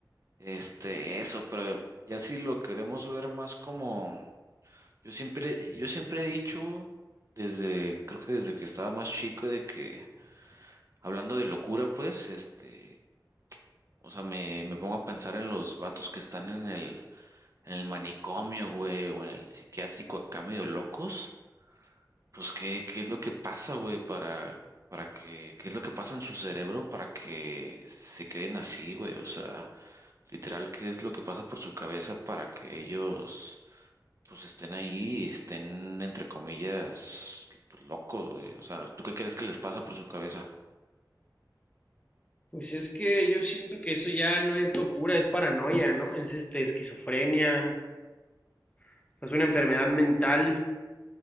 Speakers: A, on the right; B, on the left.
A: este, eso, pero ya si lo queremos ver más como, yo siempre, yo siempre he dicho, desde, creo que desde que estaba más chico, de que, hablando de locura, pues, este, o sea, me, me pongo a pensar en los vatos que están en el, en el manicomio, güey, o en el psiquiátrico acá medio locos. Pues, ¿qué, qué es lo que pasa, güey, para, para que, qué es lo que pasa en su cerebro para que se queden así, güey? O sea, literal, ¿qué es lo que pasa por su cabeza para que ellos, pues, estén ahí y estén, entre comillas, pues, locos, güey? O sea, ¿tú qué crees que les pasa por su cabeza?
B: Pues es que yo siento que eso ya no es locura, es paranoia, ¿no? Es este esquizofrenia, o sea, es una enfermedad mental.